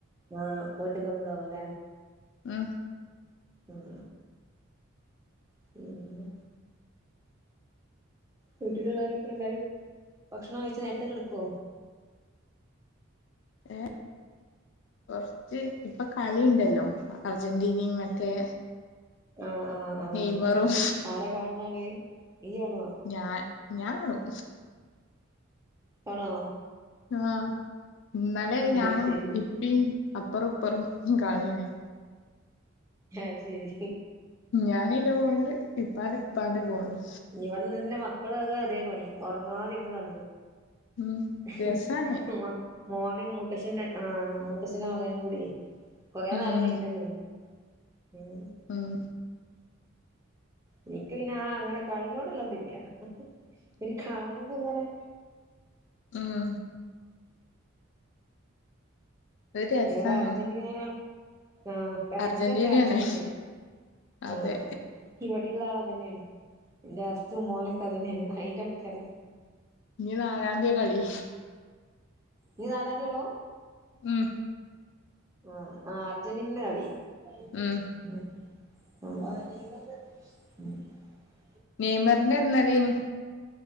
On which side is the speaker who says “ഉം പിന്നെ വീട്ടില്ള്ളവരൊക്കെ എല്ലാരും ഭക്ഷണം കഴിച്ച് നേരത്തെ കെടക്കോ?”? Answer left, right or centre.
Right